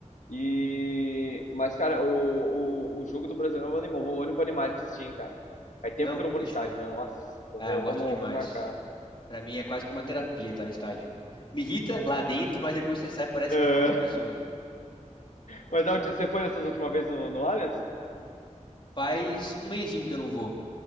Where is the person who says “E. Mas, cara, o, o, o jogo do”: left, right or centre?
Left